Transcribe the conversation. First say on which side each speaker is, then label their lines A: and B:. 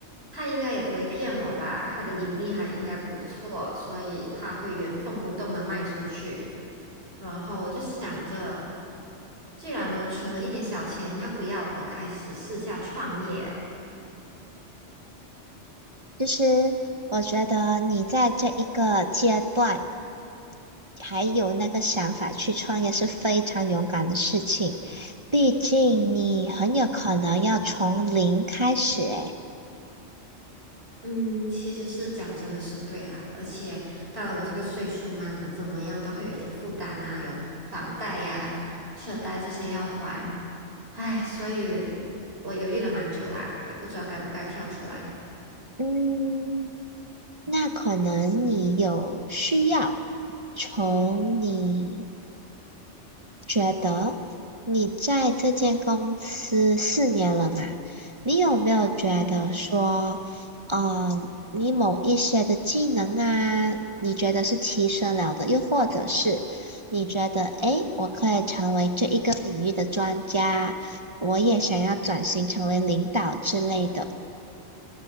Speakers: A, on the right; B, on the right.
A: 他应该也不会骗我吧？他的盈利还应该不错，所以他会原封不动的卖出去。然后我就想着，既然都存了一点小钱，要不要我开始试下创业啊？
B: <laughs> 就是我觉得你在这一个阶段还有那个想法去创业是非常勇敢的事情，毕竟你很有可能要从零开始，诶，
A: 嗯，其实是讲真的是对啊，而且到了我这个岁数嘛，怎么样都会有一点负担啊，有房贷呀、车贷这些要还，唉，所以我犹豫了蛮久啦，也不知道该不该跳出来。
B: 嗯，那可能你有需要从你。觉得你在这间公司四年了嘛，你有没有觉得说，
A: 嗯，
B: 嗯，你某一些的技能啊，你觉得是提升了的，又或者是你觉得，诶，我可以成为这一个领域的专家，我也想要转型成为领导之类的。